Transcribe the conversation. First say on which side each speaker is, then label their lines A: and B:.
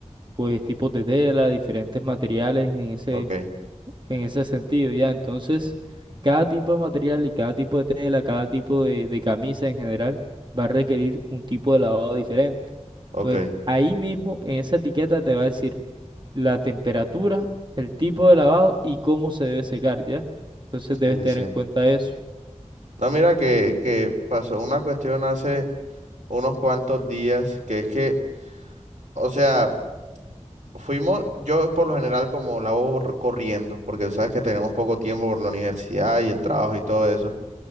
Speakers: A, on the right; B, on the right.
A: pues, tipos de tela, diferentes materiales en ese,
B: ok,
A: en ese sentido, ya. Entonces, cada tipo de material y cada tipo de tela, cada tipo de, de camisa en general, va a requerir un tipo de lavado diferente.
B: ok,
A: Entonces, ahí mismo, en esa etiqueta te va a decir la temperatura, el tipo de lavado y cómo se debe secar, ¿ya? Entonces debes
B: sí,
A: tener
B: sí.
A: en cuenta eso.
B: No, mira que, que pasó una cuestión hace... unos cuantos días, que es que, o sea, fuimos, yo por lo general como la hago r- corriendo, porque sabes que tenemos poco tiempo por la universidad y el trabajo y todo eso,